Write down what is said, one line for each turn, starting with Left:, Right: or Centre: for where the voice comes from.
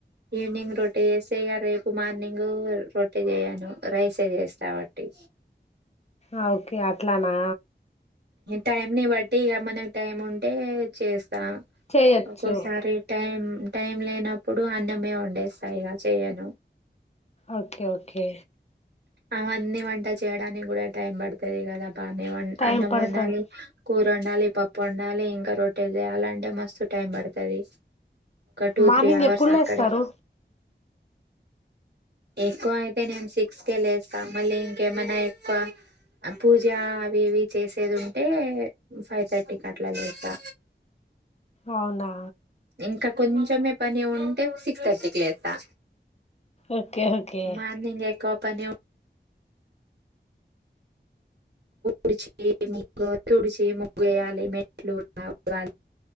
Right: ఈవినింగ్ రోటీ చేస్తే రేపు మార్నింగ్ రోటీ చేయను రైసే చేస్తా వట్టి
Left: ఆ ఓకే అట్లానా
Right: టైం ని బట్టి ఇగ మనకి టైం ఉంటే చేస్తా ఆ
Left: చేయొచ్చు
Right: ఒక్కోసారి టైమ్ టైమ్ లేనప్పుడు అన్నమే వండేస్తా ఇగ చేయను
Left: ఓకే ఓకే
Right: అవన్నీ వంట చేయడానికి కూడా టైం పడుతది గదా అన్ని వాన్
Left: టైం
Right: అన్నం
Left: పడుతది
Right: వండాలి వండాలి పప్పు వండాలి ఇంకా రొట్టెలు చేయాలంటే మస్తు టైం పడతది టూ
Left: మార్నింగ్
Right: త్రీ అవర్స్
Left: ఎప్పుడు లేస్తారు
Right: అక్కడే ఎక్కువ అయితే నేను సిక్స్ కే లేస్తా మళ్ళీ ఇంకేమైనా ఎక్కువ పూజ అవి ఇవి చేసేది ఉంటే ఫైవ్ థర్టీకి అట్లా లేస్తా
Left: అవునా
Right: ఇంకా కొంచెమే పని ఉంటే సిక్స్ థర్టీ కి లేస్తా
Left: ఓకే ఓకే
Right: మార్నింగ్ ఎక్కువ పని ఉడిచి ముగ్గు తుడిచి ముగ్గేయాలి మెట్లు కూడా తూడువాలి